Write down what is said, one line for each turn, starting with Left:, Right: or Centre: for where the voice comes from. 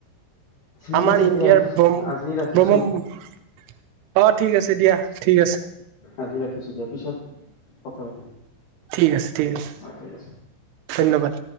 Left: ঠিক
Right: আমাৰ
Left: আছে
Right: ইণ্ডিয়াৰ্ৰ
Left: দিয়া আজি ৰাখিছো
Right: অ ঠিক আছে দিয়া ঠিক আছে।
Left: আাজি ৰাখিছোঁ দিয়া পিছত কথা পাতিম।
Right: ঠিক আছে ঠিক আছে
Left: অ ঠিক আছে
Right: ধন্যবাদ।